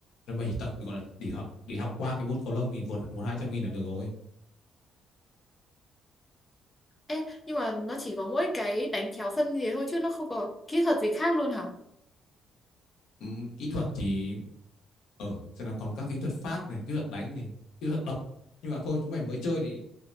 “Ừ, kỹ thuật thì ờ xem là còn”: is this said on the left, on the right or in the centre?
Left